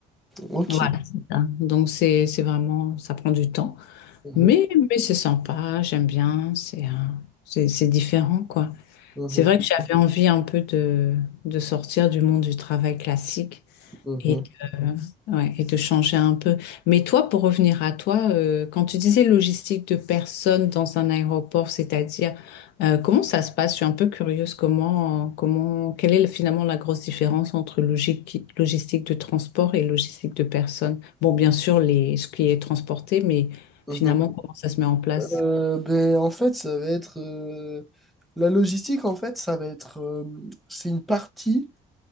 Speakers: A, in the centre; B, on the left.
A: Ok.
B: Voilà, c'est ça. Donc c'est c'est vraiment ça prend du temps,
A: Mhm,
B: mais mais c'est sympa, j'aime bien, c'est un- c'est c'est différent quoi.
A: mhm,
B: C'est vrai que j'avais envie un peu de de sortir du monde du travail classique.
A: mhm,
B: Et, euh, ouais, et de changer un peu. Mais toi, pour revenir à toi, euh, quand tu disais logistique de personnes dans un aéroport, c'est-à-dire euh, comment ça se passe? Je suis un peu curieuse. Comment, comment, quelle est finalement la grosse différence entre logique, logistique de transport et logistique de personnes? Bon, bien sûr, les, ce qui est transporté, mais
A: mhm.
B: finalement, comment ça se met en place?
A: Euh, ben, en fait, ça va être... euh, La logistique, en fait, ça va être... euh, c'est une partie